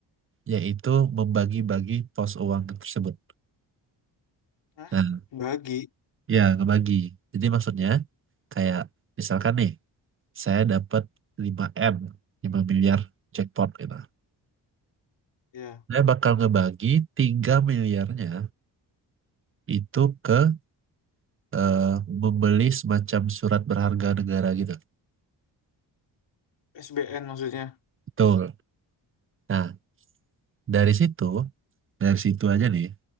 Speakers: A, on the right; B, on the left.
A: yaitu membagi-bagi pos uang tersebut.
B: Hah?
A: Nah,
B: Bagi.
A: ya ngebagi. Jadi maksudnya kayak misalkan nih, saya dapat lima m 5 miliar jackpot gitu.
B: Ya.
A: Saya bakal ngebagi 3 miliarnya itu ke eh, membeli semacam surat berharga negara gitu.
B: SBN maksudnya.
A: Betul. Nah, dari situ, dari situ aja nih,